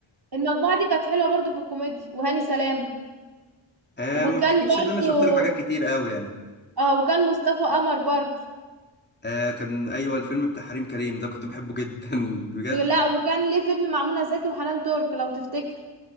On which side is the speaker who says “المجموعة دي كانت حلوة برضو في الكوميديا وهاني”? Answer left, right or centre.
Right